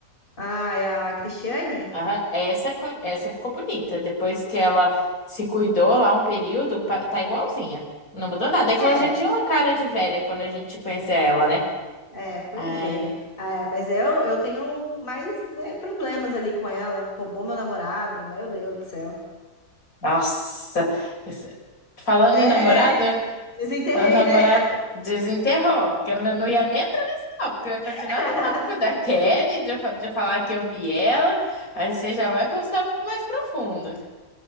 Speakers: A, on the left; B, on the left.
A: Ah, é a Cristiane?
B: Aham, Essa, co- essa ficou bonita. Depois que ela se cuidou lá um período, pa- tá igualzinha. Não mudou nada. É
A: É,
B: que ela já tinha uma cara de velha quando a gente conhecia ela, né?
A: é, pois
B: Ai,
A: é. Ah, É, mas eu, eu tenho mais, né, problemas ali com ela. Roubou meu namorado, meu Deus do céu.
B: nossa. Isso- Falando
A: É,
B: em namorada,
A: desenterrei,
B: a namorada
A: né?
B: desenterrou, que eu não não ia nem entrar nesse tópico, porque eu ia continuar
A: <laughs>
B: no tópico da Kelly, de, eu fa- de eu falar que eu vi ela. Aí você já vai para uns tópicos mais profundos.